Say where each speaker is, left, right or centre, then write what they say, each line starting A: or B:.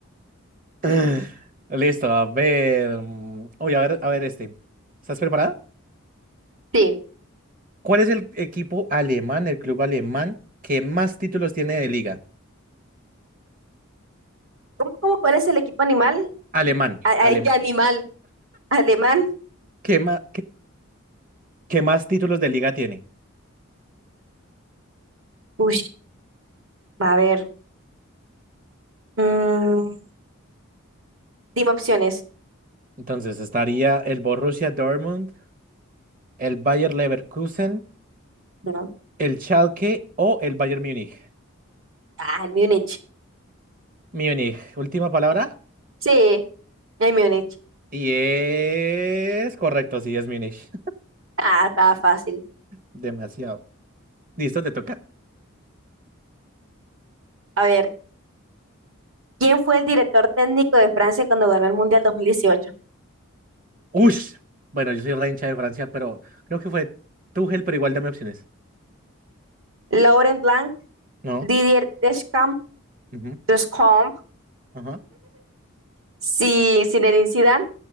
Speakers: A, on the right (about 40°); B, on the right (about 70°).
A: <laughs> Listo, a ver. mm, Uy, a ver, a ver este. ¿Estás preparada?
B: Sí.
A: ¿Cuál es el equipo alemán, el club alemán que más títulos tiene de liga?
B: ¿Cómo, cómo, cuál es el equipo animal?
A: Alemán,
B: A-
A: alemán.
B: a- ¿Qué animal? ¿Alemán?
A: ¿Qué más? que más títulos de liga tiene.
B: Uy, a ver. Mm, dime opciones.
A: Entonces estaría el Borussia Dortmund, el Bayer Leverkusen,
B: No.
A: el Schalke o el Bayern Múnich.
B: Ah, el Múnich.
A: Múnich, última palabra.
B: Sí, el Múnich.
A: Y es correcto, sí, es Múnich. <laughs>
B: Ah, estaba fácil.
A: Demasiado. ¿Listo? ¿Te toca?
B: A ver. ¿Quién fue el director técnico de Francia cuando ganó el Mundial 2018?
A: ¡Ush! Bueno, yo soy re hincha de Francia, pero creo que fue Tuchel, pero igual dame opciones.
B: ¿Laurent Blanc,
A: No.
B: Didier Deschamps,
A: Ujú,
B: Deschamps,
A: Ajá.
B: Si- Zinedine Zidane